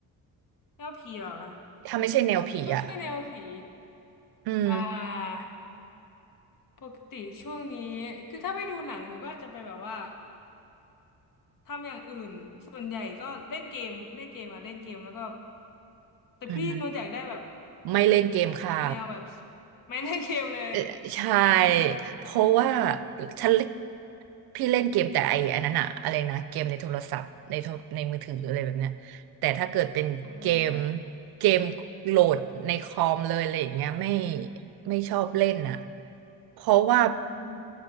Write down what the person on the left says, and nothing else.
แนวผีเหรอคะ
ไม่ใช่แนวผี
อ่าปกติช่วงนี้คือถ้าไม่ดูหนังหนูก็อาจจะไปแบบว่าทำอย่างอื่นส่วนใหญ่ก็เล่นเกมเล่นเกมค่ะเล่นเกมแล้วก็แต่พี่หนูอยากได้แบบ
แนวแบบ <laughs> ไม่เล่นเกมเลย
อืม
อ่าค่ะ
อืม